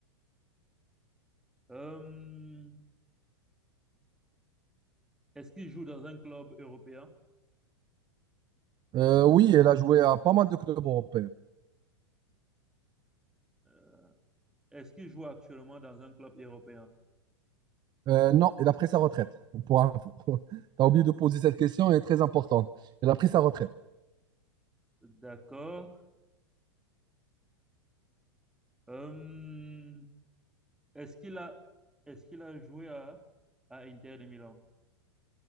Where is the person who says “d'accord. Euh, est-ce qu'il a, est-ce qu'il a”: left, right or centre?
Centre